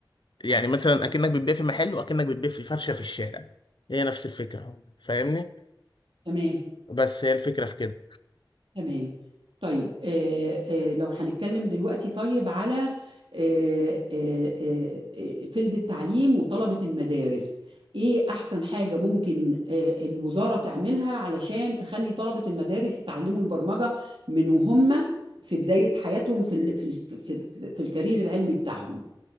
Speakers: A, on the left (about 65°); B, on the right (about 80°).
A: يعني مثلا اكنك بتبيع في محل واكنك بتبيع في فرشة في الشارع هي نفس الفكرة فاهمني
B: تمام
A: بس هي الفكرة في كده
B: تمام طيب آه، آه، لو هنتكلم دلوقتي طيب على آه، آه، آه، آه، فيلد التعليم وطلبة المدارس ايه احسن حاجة ممكن آه، الوزارة تعملها علشان تخلي طلبة المدارس يتعلموا البرمجة من وهم في بداية حياتهم في ال- في ال- في في- في الكارير العلمي بتاعهم